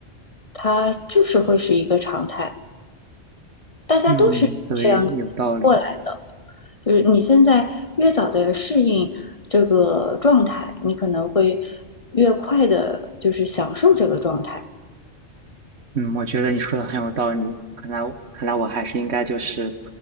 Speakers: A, on the left (about 35°); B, on the right (about 70°).
A: 它就是会是一个常态，大家都是这样过来。
B: 嗯，对，有道理。
A: 就是你现在越早的适应这个状态，你可能会越快的，就是享受这个状态。
B: 嗯，我觉得你说的很有道理。看来我，看来我还是应该就是，